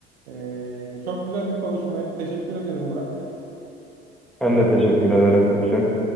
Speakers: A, on the right; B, in the centre.
A: Eee, çok güzel bir konuşmaydı. Teşekkür ederim Burak.
B: ben de teşekkür ederim Esin.